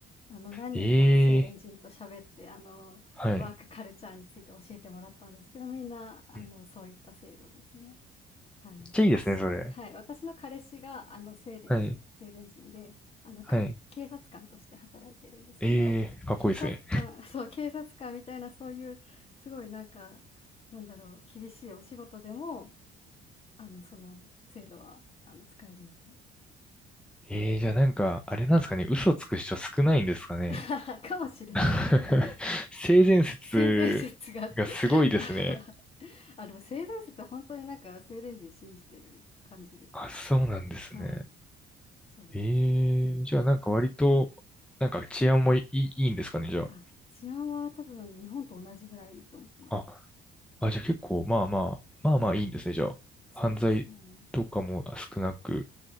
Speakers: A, on the left; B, in the centre.
A: あの、何人かのスウェーデン人と喋って、
B: ええー
A: あの、
B: はい。
A: ワークカルチャーについて教えてもらったんですけど、みんな、あの、
B: うん
A: そういった制度ですね。はい。
B: めっちゃいいですね、
A: 私はい、
B: それ。
A: 私の彼氏が、あの、スウェーデン人スウェーデン人で、
B: はい。
A: あの、
B: はい。
A: か <laughs> 警察官として働いてるんですけど、
B: ええーかっこいいですね。
A: 警察官 <laughs> そう、警察官みたいなそういうすごいなんか、なんだろう、厳しいお仕事でも、あの、その制度は、あの、使えるみたいです。
B: ええーじゃあなんか、あれなんですかね、嘘つく人少ないんですかね。
A: <laughs> かもしれないですね。
B: <laughs>
A: <laughs>
B: 性善説がすごいですね。
A: うん。性善説が <laughs> あ、でも性善説は本当になんかスウェーデン人信じてる感じですね。
B: あ、そうなんですね。
A: はい、そうです。
B: え
A: うん。
B: えーじゃあなんか割と、なんか治安もいい、いいんですかね、じゃ
A: あ、治安は多分日本と同じぐらいと思います。
B: あ。あ、あ、じゃあ結構、まあまあ、まあまあいいんですね、じゃあ。
A: そうですね。
B: 犯罪とかも少なく。
A: はい。